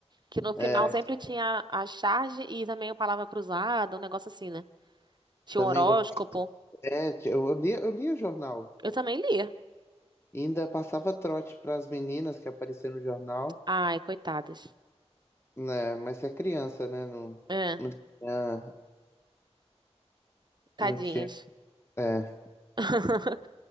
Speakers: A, on the right; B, on the left.
A: Que no final
B: É,
A: sempre tinha a charge e também a palavra cruzada, um negócio assim, né? Tinha
B: também
A: um horóscopo.
B: gostava. é, t- eu lia, eu lia jornal.
A: Eu também lia.
B: Ainda passava trote para as meninas que apareciam no jornal,
A: Ai, coitadas.
B: né? Mas você é criança, né? Não,
A: É,
B: não tinha,
A: tadinhas.
B: não tinha. é.
A: <laughs>